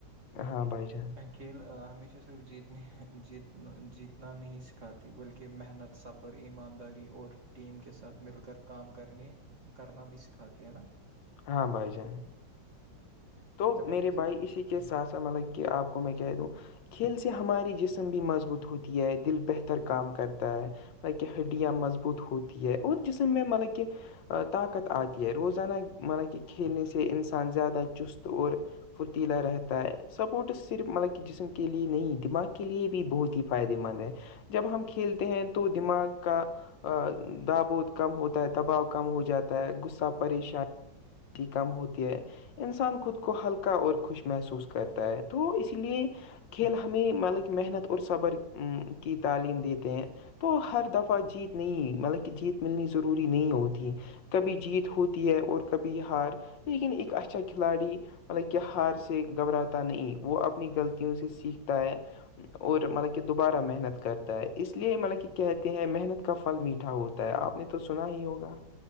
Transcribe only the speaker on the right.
کھیل ہمیشہ صرف جیتنے جیت جیتنا نہیں سکھاتی بلکہ محنت صبر ایمانداری اور ٹیم کے ساتھ مل کر کام کرنے کرنا بھی سکھا کھاتی ہیں نا
جب
ہم کسی
ہاں